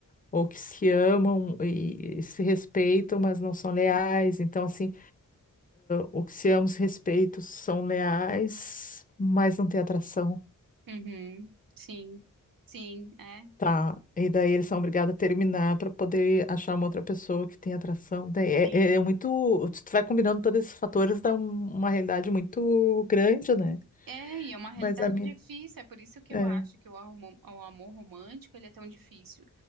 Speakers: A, on the left; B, on the right.
A: ou que se amam e, e se respeitam, mas não são leais. Então, assim, O que se ambos respeitos são leais, mas não tem atração.
B: Uhum, sim, sim, é,
A: Tá. E daí eles são obrigados a terminar para poder achar uma outra pessoa que tem atração. Daí É,
B: sim.
A: é é muito. Tu vai combinando todos esses fatores, dá um- uma realidade muito grande, né?
B: É, e é uma realidade
A: Mas a minha.
B: difícil, é por isso que
A: É,
B: eu acho que o amor, o amor romântico ele é tão difícil.